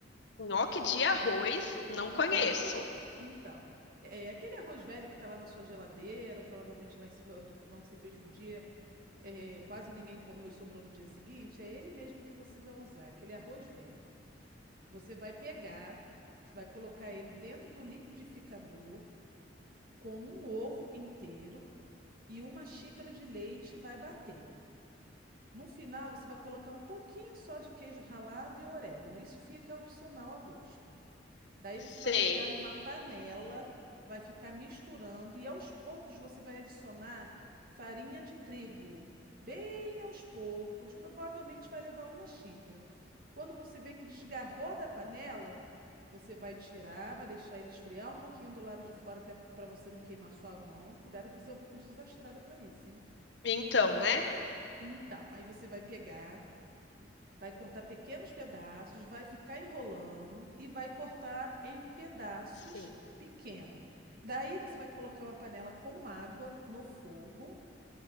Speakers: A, on the left (about 70°); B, on the right (about 50°).
A: Nhoque de arroz, não
B: Aham.
A: conheço.
B: Então, é aquele arroz velho que tá lá na sua geladeira, ou provavelmente lá em cima do fogão que você fez no dia, é, quase ninguém comeu e sobrou no dia seguinte. É ele mesmo que você vai usar, aquele arroz velho. Você vai pegar, vai colocar ele dentro do liquidificador. com um ovo inteiro e uma xícara de leite vai bater. No final, você vai colocar um pouquinho só de queijo ralado e orégano. Isso fica opcional a gosto. Daí
A: Sei.
B: você vai jogar numa panela, vai ficar misturando e aos poucos você vai adicionar farinha de trigo, bem aos poucos, provavelmente vai levar uma xícara. Quando você vê que desgarrou da panela, você vai tirar, vai deixar ele esfriar um pouquinho do lado de fora, até para você não queimar sua mão. Cuidado que você é um pouco desastrada para isso, hein?
A: Então, né?
B: Então, aí você vai pegar Vai cortar pequenos pedaços, vai ficar enrolando e vai cortar em pedaços
A: Sim.
B: pequeno. Daí você vai colocar uma panela com água no fogo